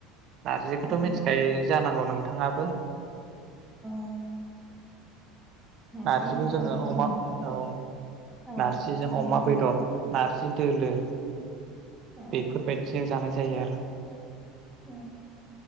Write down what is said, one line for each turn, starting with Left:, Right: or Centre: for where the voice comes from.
Right: नारजिखौथ'
Centre: औ
Right: मिथिखायो जानांगौ नों नोंथाङाबो।
Centre: औ नारजि
Right: नारजिखौ
Centre: होनबाथ'
Right: जोङो
Centre: आरो
Right: अमा
Centre: अम
Right: औ
Centre: औ
Right: नारजिजों अमा
Centre: अमाया
Right: बेदर नारजि दोलो
Centre: औ
Right: बेफोरबायदिजों जानाय ज जायो आरो।
Centre: औ